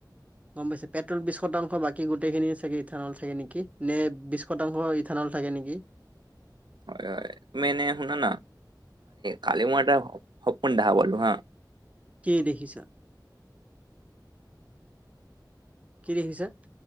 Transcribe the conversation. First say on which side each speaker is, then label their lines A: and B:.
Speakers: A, on the right (about 20°); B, on the right (about 75°).
A: গম পাই পেট্ৰল বিশ শতাংশ বাকী গোটেইখিনি চাগে ইথানল থাকে নেকি, নে বিশ শতাংশ ইথানল থাকে নেকি।
B: হয় হয়, মেনে শুনা না, কালি মই এটা সপন <unintelligible> হা।
A: কি দেখিছা? কি দেখিছা?